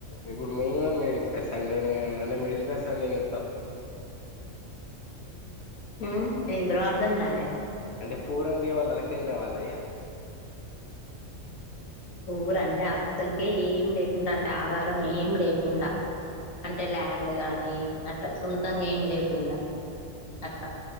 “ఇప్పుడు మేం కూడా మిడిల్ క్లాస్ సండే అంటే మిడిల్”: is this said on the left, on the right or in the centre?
Left